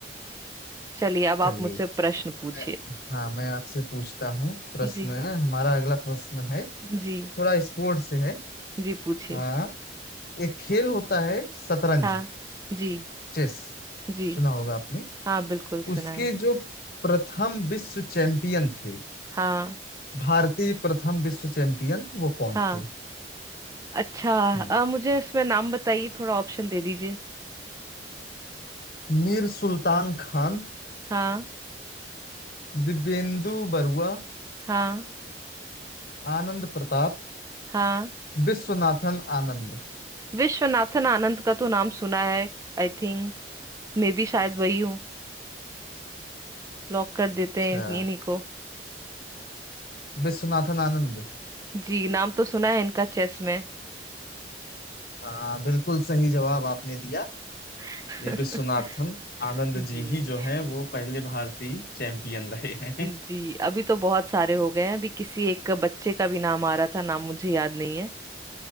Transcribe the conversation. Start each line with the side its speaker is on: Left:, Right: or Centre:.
Right: चलिए अब आप
Left: चलिए
Right: मुझसे प्रश्न पूछिए
Left: मैं- हाँ मैं आपसे पूछता हूँ प्रश्न
Right: जी
Left: है हमारा अगला प्रश्न है
Right: जी
Left: थोड़ा स्पोर्ट से है
Right: जी पूछिए
Left: हाँ एक खेल होता है शतरंज
Right: हाँ जी
Left: चेस
Right: जी
Left: सुना होगा आपने
Right: हाँ बिल्कुल सुना
Left: उसके
Right: है
Left: जो प्रथम विश्व चैंपियन थे
Right: हाँ
Left: भारतीय प्रथम विश्व चैंपियन वो कौन
Right: हाँ
Left: थे
Right: अच्छा
Left: हम्म
Right: आ, मुझे इसमें नाम बताइए थोड़ा ऑप्शन दे दीजिए
Left: मीर सुल्तान खान
Right: हाँ
Left: दिव्येंदु बरुआ
Right: हाँ
Left: आनंद प्रताप
Right: हाँ
Left: विश्वनाथन आनंद
Right: विश्वनाथन आनंद का तो नाम सुना है आई थिंक मे बी शायद वही हो लॉक कर देते
Left: अच्छा
Right: हैं इन- इन्हीं को
Left: विश्वनाथन आनंद
Right: जी नाम तो सुना है इनका चेस में
Left: हाँ बिल्कुल सही जवाब आपने दिया
Right: <laughs>
Left: ये विश्वनाथन आनंद
Right: जी
Left: जी ही जो हैं वो पहले भारतीय चैंपियन रहे हैं
Right: जी अभी तो बहुत सारे हो गए हैं अभी किसी एक बच्चे का भी नाम आ रहा था नाम मुझे याद नहीं है